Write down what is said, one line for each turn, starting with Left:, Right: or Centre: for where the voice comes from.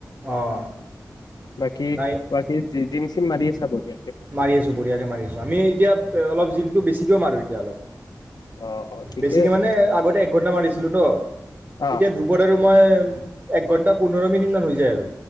Right: অঁ
Left: বাকি
Right: নাই
Left: বাকি জিম চিম মাৰি আছো চা <unintelligible>
Right: মাৰি আছো বঢ়িয়াকে মাৰি আছো আমি এতিয়া অল জিমটো বেছিকৈ মাৰো তেতিয়া অলপ
Left: অ অ ঠিকে
Right: বেছিকে
Left: আছে
Right: মানে আগতে একঘন্টা মাৰিছিলো ন
Left: অ
Right: এতিয়া ভোকত। মই, এক ঘণ্টা পোন্ধৰ মিনিটমান হৈ যায় আৰু।